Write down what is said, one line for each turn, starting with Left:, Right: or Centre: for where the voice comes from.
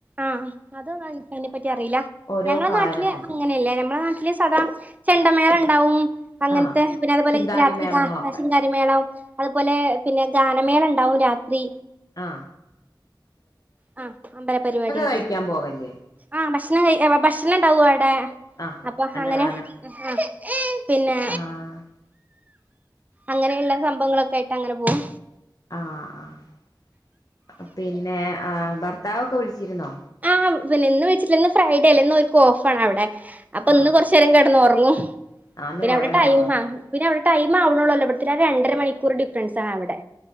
Right: ആഹ അതൊ അതിനെ പറ്റി അറിയില്ല
Left: ഓരോ
Right: ഞങ്ങളെ
Left: കാളേനെ
Right: നാട്ടില്
Left: കൊണ്ടും
Right: അങ്ങനെയല്ല ഞമ്മെ നാട്ടി സദാ ചെണ്ടമേളം ഉണ്ടാവും അങ്ങനത്തെ
Left: ആഹ്
Right: പിന്നെ അതുപോലെ
Left: ചിങ്കാരി
Right: രാത്രി
Left: മേളങ്ങളൊക്കെ
Right: ഗ ഷിങ്കാരിമേളം അതു പോലെ പിന്നെ ഗ ഗാന മേളം ഉണ്ടാവും രാത്രി
Left: ആ
Right: ആ അമ്പല പരിപാടിയായിട്ട്
Left: കഴിക്കാൻ പോവല്ലേ
Right: ആ ഭക്ഷണം കഴിക്കാൻ ഭക്ഷണം ഉണ്ടാവും അവിടെ
Left: ആഹ്
Right: അപ്പൊ
Left: അന്നദാനം
Right: അങ്ങനെ ആ പിന്നെ
Left: ആഹ്
Right: അങ്ങനെയുള്ള സംഭവങ്ങളൊക്കെ കേട്ട് അങ്ങനെ പോകും
Left: ആ ആ പിന്നെ ആ ഭർത്താവ് ക്ക വിളിച്ചിരുന്നോ
Right: ആ പിന്നെ ഇന്ന് വിളിച്ചിട്ടില്ല. ഇന്ന് ഫ്രൈഡേ അല്ലേ ന്ന് ഓർക്ക് ഓഫ് ആണ് അവിടെ അപ്പൊ
Left: ആഹ്
Right: ഇന്ന് കൊറച്ച നേരം കടന്നു റ - ങ്ങും
Left: ആന്ന്
Right: പിന്നെ
Left: കൊറേ
Right: അവിടെ
Left: നേരം
Right: ടൈം
Left: ഒറങ്ങും
Right: ആ പിന്നെ അവിടെ ടൈം ആവ്ണോ ഉള്ളു. ഇവിടെ തേക്കാളും രണ്ടര മണിക്കൂർ ഡിഫറൻസ് ആണ് അവിടെ